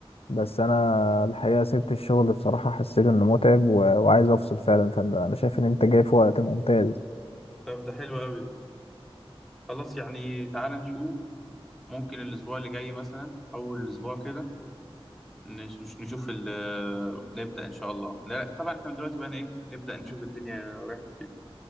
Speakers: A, on the left (about 75°); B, in the centre.
A: بس انا الحقيقه سبت الشغل بصراحه حسيت انه متعب و... وعايز افصل فعلا فانت انا شايف ان انت جاي في وقت ممتاز
B: طب ده حلو قوي ده خلاص يعني تعالى نشوف ممكن الاسبوع اللي جاي مثلا اول الاسبوع كده نش- نش- نشوف ال نبدا ان شاء الله لا، طبعا احنا دلوقتي بقى ايه نبدا نشوف الدنيا رايحه فين